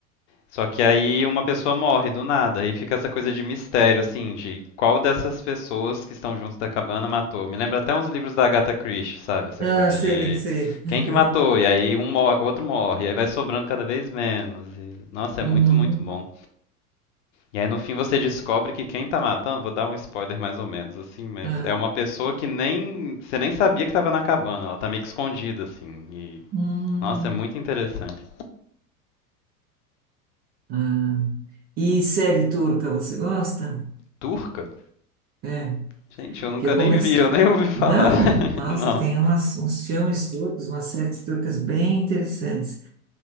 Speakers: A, on the left; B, on the right.
A: Só que aí uma pessoa morre do nada, aí fica essa coisa de mistério assim, de qual dessas pessoas que estão junto da cabana matou. Me lembra até uns livros da Agatha Christie, sabe? Essa
B: Ah,
A: coisa
B: sei,
A: de
B: sei.
A: quem
B: Aham.
A: que matou, e aí um mor outro morre, e aí vai sobrando cada vez menos. E... Nossa, é
B: Uhum.
A: muito, muito bom. E aí no fim você descobre que quem tá matando, vou dar um spoiler mais ou menos assim, mas
B: Ah.
A: é uma pessoa que nem você nem sabia que tava na cabana, ela tá meio que escondida assim. E
B: Hum.
A: nossa, é muito interessante.
B: Ah. E série turca, você gosta?
A: Turca?
B: É,
A: Gente, eu nunca
B: que eu comecei.
A: nem vi, eu nem ouvi falar.
B: Não,
A: <laughs>
B: nossa,
A: Não.
B: tem umas, uns filmes turcos, umas séries turcas bem interessantes.